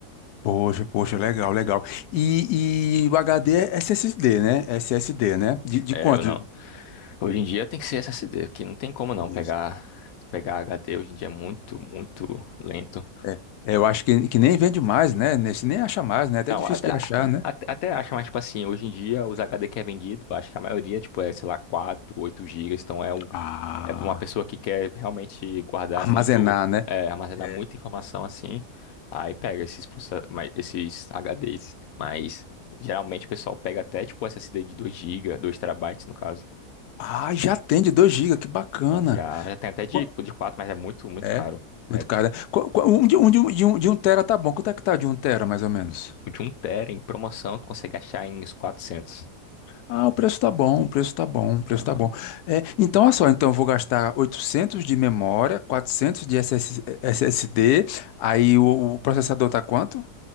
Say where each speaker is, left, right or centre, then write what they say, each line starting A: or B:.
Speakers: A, on the left; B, on the left.
A: poxa, poxa, legal, legal. E, e o HD é SSD, né? SSD, né? De, de
B: É,
A: quanto?
B: eu não. Hoje em dia tem que ser SSD, que não tem como não
A: Isso.
B: pegar pegar HD hoje em dia é muito, muito lento.
A: É, é, eu acho que, que nem vende mais, né? Nesse nem acha mais, né? É Até
B: Não,
A: difícil
B: até,
A: de achar, né?
B: até, até acho, mas, tipo assim, hoje em dia, os HD que é vendido, acho que a maioria, tipo, é, sei lá, 4, 8 gigas, então é, um,
A: Ah,
B: é para uma pessoa que quer realmente guardar
A: armazenar,
B: muito,
A: né?
B: é, armazenar
A: É.
B: muita informação, assim, aí pega esses, processa- mas- esses HDs, mas geralmente o pessoal pega até, tipo, SSD de 2 GB, 2 terabytes no caso,
A: Ah, já tem de 2 GB, que bacana.
B: já, já tem até de,
A: Qu-
B: de quatro mas é muito, muito
A: É,
B: caro, é,
A: muito caro. né? Qu- qu- Um de um, de um, de um, de um tera tá bom. Quanto é que tá de um tera, mais ou menos?
B: o de um TB em promoção, tu consegue achar em uns quatrocentos
A: Ah, o preço tá bom, o preço tá bom, o preço
B: Aham.
A: tá bom. É, então, olha só, então eu vou gastar 800 de memória, 400 de S S S D. aí o, o processador tá quanto?